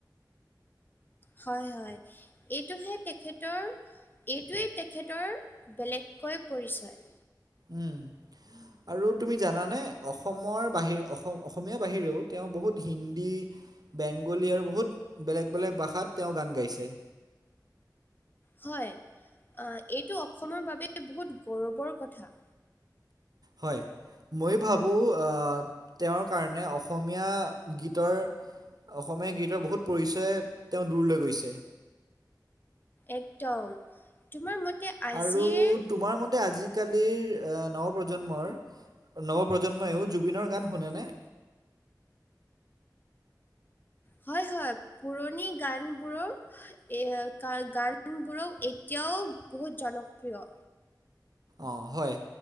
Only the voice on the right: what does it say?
উম। আৰু তুমি জানানে অসমৰ বাহিৰে অসম অসমীয়া বাহিৰেও তেওঁ বহুত হিন্দী বেংগলী আৰু বহুত বেলেগ বেলেগ ভাষাত তেওঁ গান গাইছে।
হয়, মই ভাবোঁ আ তেওঁৰ কাৰণে অসমীয়া গীতৰ অসমীয়া গীতৰ বহুত পৰিচয় তেওঁ দূৰ লৈ গৈছে।
আৰু তোমাৰ মতে আজি কালিৰ আ নৱ প্ৰজন্মৰ নৱপ্ৰজন্ময়ও জুবিনৰ গান শুনেনে?
অঁ হয়,